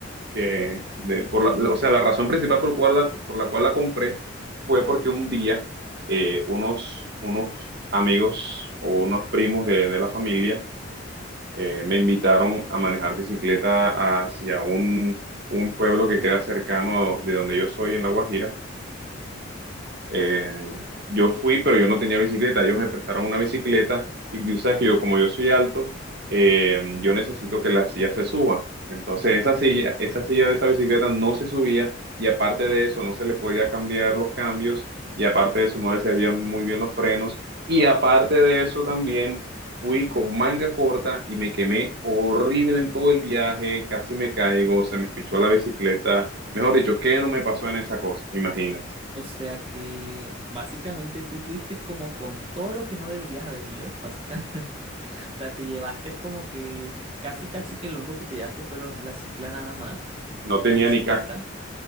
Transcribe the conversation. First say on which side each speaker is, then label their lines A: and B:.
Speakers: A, on the right (about 55°); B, on the right (about 30°).
A: que, de- por la- o sea, la razón principal por, cual la, por la cual la compré fue porque un día eh, unos, unos amigos o unos primos de, de la familia eh, me invitaron a manejar bicicleta hacia un, un pueblo que queda cercano de donde yo soy en La Guajira eh, yo fui, pero yo no tenía bicicleta. Ellos me prestaron una bicicleta y tú sabes que yo, como yo soy alto, eh, yo necesito que la silla se suba. Entonces, esa silla, esa silla de esa bicicleta no se subía y aparte de eso, no se le podía cambiar los cambios y aparte de eso, no le servían muy bien los frenos y aparte de eso también... Fui con manga corta y me quemé horrible en todo el viaje, casi me caigo, se me pichó la bicicleta. Mejor dicho, ¿qué no me pasó en esa cosa? Imagínate.
B: O sea que básicamente tú fuiste como con todo lo que no deberías haber ido, básicamente. <laughs> O sea, te llevaste como que casi, casi que lo único que te llevaste fueron la cicla nada más,
A: No tenía
B: la bicicleta.
A: ni casco.